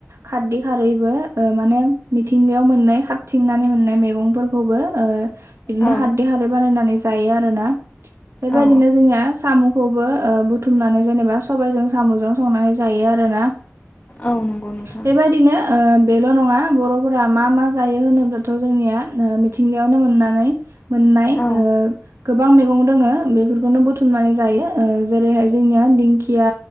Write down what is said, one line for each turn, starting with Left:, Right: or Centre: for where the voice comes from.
Right: खारदै खारैबो ओ माने मिथिंगायाव मोननाय खाथिंनानै मोननाय मेगं फोरखौबो ओ बिदिनो
Left: औ
Right: खारदै खारै बानायनानै जायो आरोना। बेबायदिनो
Left: औ
Right: जोंनिया साम'खौबो ओ बुथुमनानै जेनेबा सबायजों साम'जों जायो आरोना।।
Left: औ नंगौ नोंथां
Right: बेबायदिनो ओ बेल' नङा बर'फोरा मा मा जायो होनोब्लाथ' जोंनिया ओ मिथिंगायावनो मोननानै मोननाय
Left: औ
Right: ओ गोबां मैगं दोङो बेफोरखौनो बुथुमनानै जायो जेरैहाय जोंनि दिंखिया।